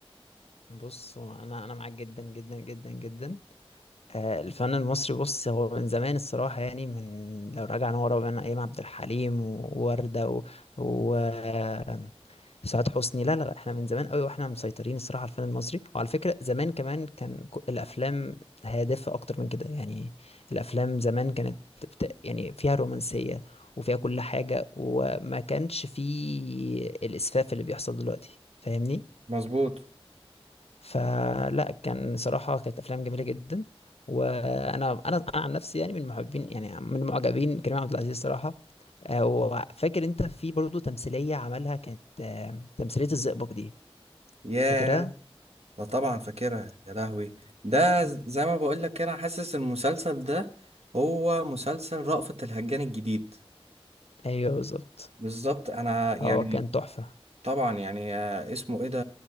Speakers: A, on the left; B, on the right.
A: بص هو انا انا معاك جدا جدا جدا جدا آه، الفن المصري بص هو من زمان الصراحة يعني من لو رجعنا ورا بين أيام عبد الحليم ووردة و... و... آه، سعاد حسني لا لا لا احنا من زمان قوي واحنا مسيطرين الصراحة على الفن المصري وعلى فكرة زمان كمان كان ك- الأفلام هادفة أكتر من كده يعني الأفلام زمان كانت بت... يعني فيها رومانسية وفيها كل حاجة وما كانش فيه الإسفاف اللي بيحصل دلوقتي فاهمني؟
B: مظبوط
A: فلا كان صراحة كانت أفلام جميلة جدا وأنا أنا أنا عن نفسي يعني من محبين يعني من معجبين كريم عبد العزيز صراحة آه، وفاكر أنت في برضه تمثيلية عملها كانت آه، تمثيلية الزئبق دي
B: ياه
A: فاكرها؟
B: لا طبعا فاكرها يا لهوي ده
A: مم.
B: ز- زي ما بقول لك كده أنا حاسس المسلسل ده هو مسلسل رأفت الهجان الجديد
A: أيوه بالظبط
B: بالظبط انا يعني
A: هو كان تحفة
B: طبعا يعني آه، اسمه ايه ده